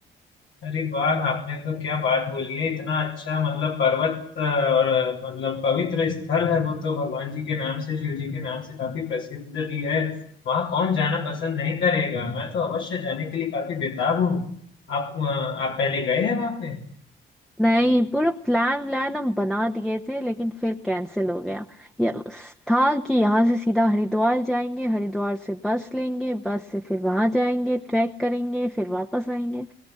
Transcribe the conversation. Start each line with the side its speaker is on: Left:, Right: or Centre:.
Left: अरे वाह आपने तो क्या बात बोली है इतना अच्छा मतलब पर्वत अ, और अ, मतलब पवित्र स्थल है वो तो भगवान जी के नाम से शिव जी के नाम से काफी प्रसिद्ध भी है वहाँ कौन जाना पसंद नहीं करेगा मैं तो अवश्य जाने के लिए काफी बेताब हूँ आप अ, आप पहले गए हैं वहाँ पे
Centre: नहीं पूरा प्लान व्लान हम बना दिए थे लेकिन फिर कैंसिल हो गया ये उस- था कि यहाँ से सीधा हरिद्वार जाएंगे हरिद्वार से बस लेंगे बस से फिर वहां जाएंगे ट्रैक करेंगे फिर वापस आएंगे